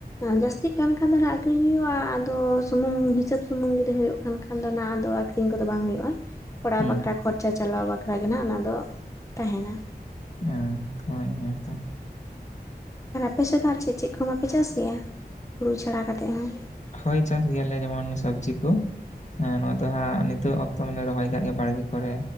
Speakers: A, on the left; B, on the left.
A: ᱡᱟᱹᱥᱛᱤᱜ ᱠᱟᱱ ᱠᱷᱟᱱ ᱫᱚ ᱦᱟᱸᱜ ᱟᱹᱠᱷᱨᱤᱧ ᱦᱩᱭᱩᱜᱼᱟ ᱟᱫᱚ ᱥᱩᱢᱩᱝ ᱦᱤᱥᱟᱹᱵ ᱥᱩᱢᱩᱝ ᱡᱩᱫᱤ ᱦᱳᱭᱳᱜ ᱠᱟᱱ ᱟᱫᱚ ᱱᱟ ᱫᱚ ᱟᱫᱚ ᱟᱹᱠᱷᱨᱤᱧ ᱠᱚᱫᱚ ᱵᱟᱝ ᱦᱩᱭᱩᱜᱼᱟ᱾ ᱚᱲᱟᱜ
B: ᱦᱩᱸ
A: ᱵᱟᱠᱷᱨᱟ ᱠᱷᱚᱨᱪᱟ ᱪᱟᱞᱟᱣ ᱵᱟᱠᱷᱨᱟ ᱜᱮ ᱱᱟᱦᱜ ᱚᱱᱟ ᱫᱚ ᱛᱟᱦᱮᱱᱟ᱾
B: ᱦᱳᱭ ᱦᱳᱭ ᱟᱫᱚ᱾
A: ᱟᱨ ᱟᱯᱮᱥᱮᱜ ᱫᱚ ᱟᱨ ᱪᱮᱜ ᱪᱮᱜ ᱠᱚ ᱵᱟᱯᱮ ᱪᱟᱥ ᱜᱮᱭᱟ ᱦᱩᱲᱩ ᱪᱷᱟᱲᱟ ᱠᱟᱛᱮᱜ ᱦᱚᱸ?
B: ᱦᱳᱭ ᱪᱟᱥ ᱜᱮᱭᱟᱞᱮ ᱡᱮᱢᱚᱱ ᱥᱚᱵᱽᱡᱤ ᱠᱚ᱾ ᱦᱮᱸ ᱱᱚᱣᱟ ᱫᱚ ᱦᱟᱸᱜ ᱱᱤᱛᱚᱜ ᱚᱠᱛᱚ ᱢᱟᱞᱮ ᱨᱚᱦᱚᱭ ᱠᱟᱜ ᱜᱮ ᱵᱟᱲᱜᱮ ᱠᱚᱨᱮ